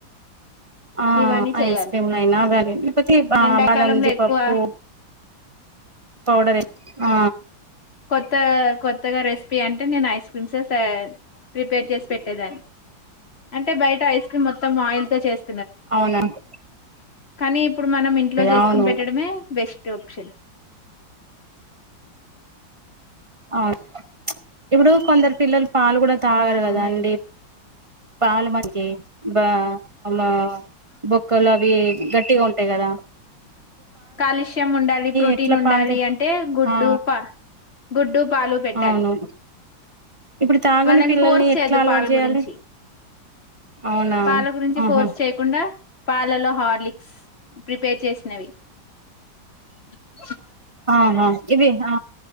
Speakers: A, on the right; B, on the left.
A: ఆ
B: ఇవన్నీ చేయాలి
A: ఐస్ క్రీమ్ లయినా గాని, లేకపోతే ఆ
B: ఎండాకాలంలో
A: బాదాం, జీడిపప్పు.
B: ఎక్కువ
A: పౌడరే ఆ
B: తా కొత్తగా రెసిపీ అంటే నేను ఐస్ క్రీమ్స్ ఏం సా ప్రిపేర్ చేసి పెట్టేదాన్ని. అంటే బయటా ఐస్ క్రీమ్ మొత్తం ఆయిల్ తో చేస్
A: అవునండ్
B: కానీ ఇప్పుడు మనం ఇంట్లో చేసుకొని
A: అవును
B: పెట్టడమే బెస్ట్ ఆప్షన్.
A: అవు ప్చ్ ఇప్పుడూ కొందరు పిల్లలు పాలు గూడా తాగరు
B: ఆ, అవునండి
A: కదా అండి. పాలు మంచియి బా బా బొక్కలు అవీ గట్టిగా ఉంటాయి గదా.
B: కాలుష్యయం ఉండాలి, ప్రోటీన్
A: ఎట్లా
B: ఉండాలి
A: పాలు తా
B: అంటే గుడ్డు,
A: ఆ
B: పా గుడ్డూ, పాలు పెట్టాలి
A: అవును ఇప్పుడు తాగని
B: వాళ్ళను
A: పిల్లల్ని
B: ఫోర్స్ చేయొద్దు
A: ఎట్లా అలవాటు
B: పాలు
A: చేయాలి
B: గురించి.
A: అవునా
B: పాల గురించి
A: ఆహా
B: ఫోర్స్ చేయకుండా. పాలలో హార్లిక్స్ ప్రిపేర్ చేసినవి. ఊ
A: ఆహా ఇవి హా